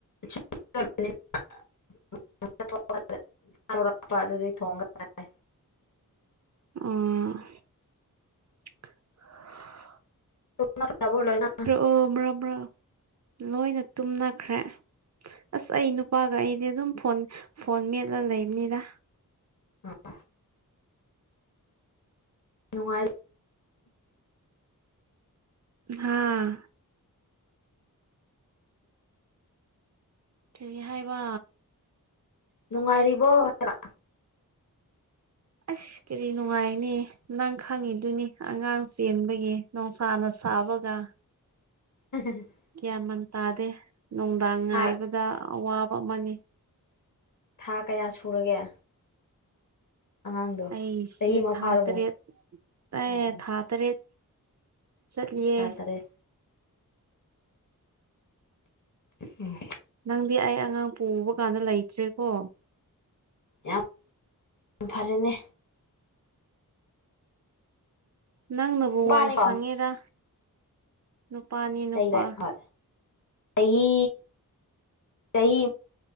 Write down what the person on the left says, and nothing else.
ꯆꯨꯞ ꯁꯞ ꯅꯦꯅ <inaudible> ꯑꯗꯨꯗꯩ ꯊꯣꯡꯉꯒ ꯆꯥꯏ
ꯇꯨꯝꯅꯈ꯭ꯔꯕꯣ ꯂꯣꯏꯅꯍ
ꯑꯞ ꯅꯨꯡꯉꯥꯏ <inaudible>
ꯅꯨꯡꯉꯥꯏꯔꯤꯕꯣ ꯍꯥꯏꯕ
ꯎꯝ <unintelligible>
ꯊꯥ
ꯊꯥ ꯀꯌꯥ ꯁꯨꯔꯒꯦ ꯑꯉꯥꯡꯗꯣ
ꯆꯍꯤ ꯑꯃ
ꯐꯥꯔꯕꯣ
ꯑꯣ ꯑꯣ
ꯊꯥ ꯇꯔꯦꯠ ꯎꯝ
ꯌꯥꯝ ꯌꯥꯝ ꯐꯔꯦꯅꯦ
ꯅꯨꯄꯥꯅꯤꯀꯣ
ꯂꯩꯩꯔꯦ ꯑꫭꯏ ꯆꯍꯤ ꯆꯍꯤ